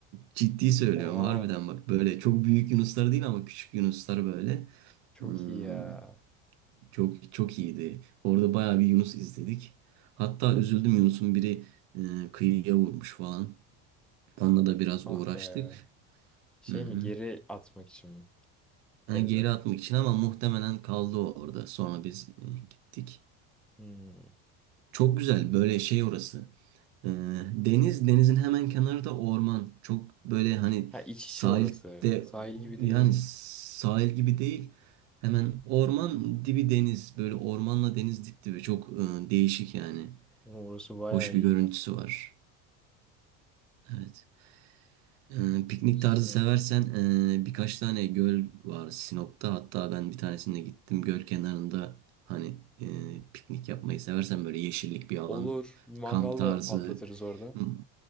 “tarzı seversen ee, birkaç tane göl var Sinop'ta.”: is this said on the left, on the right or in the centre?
Right